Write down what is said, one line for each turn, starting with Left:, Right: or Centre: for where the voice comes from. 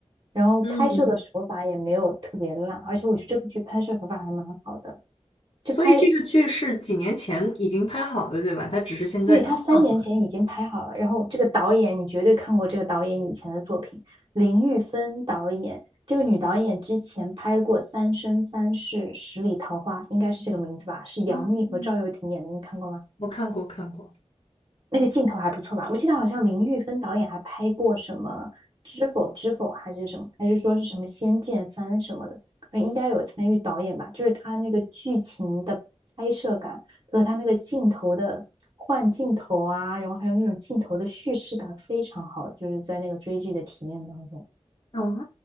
Right: 然后拍摄的手法也没有特别烂，
Left: 嗯
Right: 而且我觉得这部剧拍摄手法还蛮好的。就拍
Left: 所以这个剧是几年前已经拍好的，对吧？它只是现在刚放出来。
Right: 对，他三年前已经拍好了，然后这个导演你绝对看过这个导演以前的作品，林玉芬导演，这个女导演之前拍过《三生三世十里桃花》，应该是这个名字吧？是杨幂和赵又廷演的，
Left: 嗯，
Right: 你看过吗？
Left: 我看过，看过。
Right: 那个镜头还不错吧？我记得好像林玉芬导演还拍过什么《知否知否》还是什么，
Left: 嗯，
Right: 还是说是什么《仙剑三》什么的，呃应该有参与导演吧？就是他那个剧情的拍摄感和他那个镜头的换镜头啊，然后还有那种镜头的叙事感非常好，就是在那个追剧的体验当中。
Left: 哦，